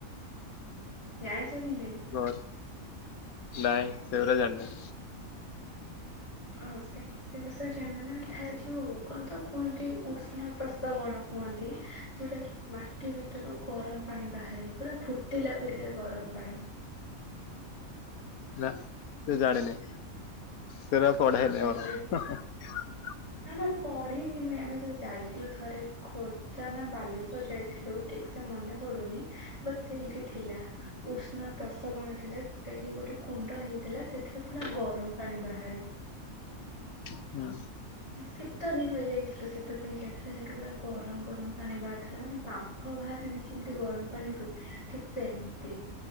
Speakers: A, on the left (about 50°); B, on the left (about 80°).
A: ଜାଣି ଛ କି ନାହିଁ?
B: ଗର ନାଇଁ ସେଗୁଡ଼ା ଜାଣିନି।
A: ଆଉ ସେ ସେ ବିଷୟରେ ଅନ୍ୟ ମାନେ ଥାଏ ଯୋଉ କଣ ତ କୁହନ୍ତି ଉଷ୍ଣ ପ୍ର ତ ବଣ କୁଅନ୍ତି ଯେଉଁଟାକି ମାଟି ଭିତରୁ ଗରମ ପାଣି ବାହାରେ ପୁରା ଫୁଟ ଫୁଟିଲା ପରି କା ଗରମ ପାଣି।
B: ନା। ସେ ଜାଣିନି। <unintelligible>
A: ଆଚ୍ଛା ନା ନା ପଢନି ନୁହେଁ ଆମେ ଯ ଯାଇଥିଲୁ ଥରେ ଖୋର୍ଦ୍ଧା ନା ବାଲେଶ୍ଵର ଯାଇଥିଲୁ ଠିକ ସେ ମନେ ପଡୁନି ବସ୍ ସେଇଠି ଥିଲା ଉଷ୍ଣ ପ୍ରସବଣ ଥିଲା। ସେଉଁଟା କି ଗୋଟେ କୁଣ୍ଡ ହେଇଛି। ଥିଲା ସେଥିରେ ପୁରା ଗରମ ପାଣି ବାହାରେ
B: ହୁଁ।
A: ଶୀତ ଦିନ ଯାଇଥିଲୁ ଶୀତ ଦିନ ଯାଇଥିଲଥିଲେ ସେଠୁ ପୁରା ଗରମ ଗରମ ପାଣି ବାହାରିଥିଲା ମାନେ ବାମ୍ଫ ବାହାରି ଆମେ ଆମିତି ଗରମ ପାଣିରୁ ଠିକ୍ ସେମତି